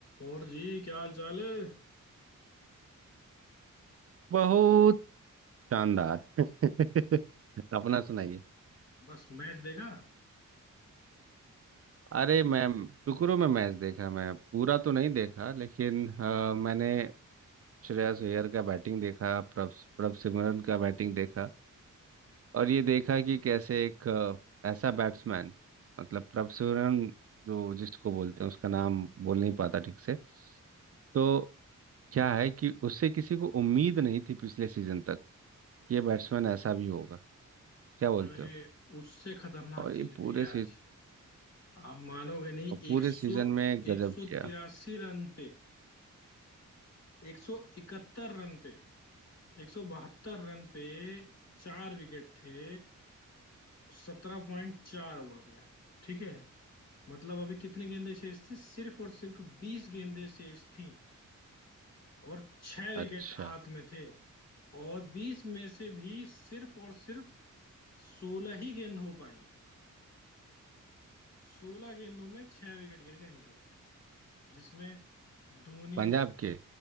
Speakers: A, on the left; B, on the right.
A: और जी क्या हाल चाल है
B: बहुत शानदार <laughs> अपना सुनाइए
A: बस मैच देखा
B: अरे मैं शुक्र में मैच देखा मैं पूरा तो नहीं देखा लेकिन अ, मैंने श्रेयस अय्यर का बैटिंग देखा प्रभ प्रभ सिमरन का बैटिंग देखा और ये देखा कि कैसे एक अ, ऐसा बैट्समैन मतलब प्रभ सिमरन जो जिसको बोलते हैं उसका नाम बोल नहीं पाता ठीक से तो क्या है कि उससे किसी को उम्मीद नहीं थी पिछले सीजन तक कि ये बैट्समैन ऐसा भी होगा क्या बोलते
A: अरे
B: हो
A: उससे खतरनाक
B: और ये
A: चीज
B: पूरे
A: हुई है आज आप मानोगे नहीं
B: और पूरे
A: एक सौ
B: सीजन में गजब
A: एक सौ
B: किया
A: तिरासी रन पे एक सौ इकहत्तर रन पे एक सौ बहत्तर रन पे चार विकेट थे सत्रह पॉइंट चार ओवर में ठीक है मतलब अभी कितनी गेंदें शेष थी सिर्फ और सिर्फ बीस गेंदें शेष थी और छह विकेट
B: अच्छा
A: हाथ में थे और बीस में से भी सिर्फ और सिर्फ सोलह ही गेंद हो पाई सोलह गेंदों में छह विकेट गिर गए इनके जिसमें धोनी
B: पंजाब के